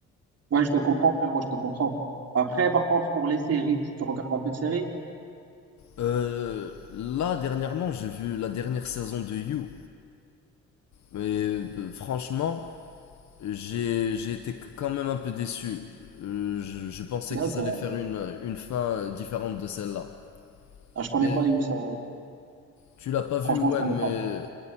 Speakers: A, on the right; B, on the left.
A: Ouais, je te comprends, frérot, je te comprends. Après, par contre, pour les séries, tu, tu regardes un peu de séries?
B: Euh, là dernièrement, j'ai vu la dernière saison de You, mais euh, franchement, j'ai j'ai été quand même un peu déçu. Euh, je, je pensais
A: D'accord.
B: qu'ils allaient faire une une fin différente de celle-là.
A: Ah, je connais
B: Mais
A: pas Youssa.
B: tu l'as pas vu,
A: Franchement,
B: ouais,
A: je connais
B: mais
A: pas.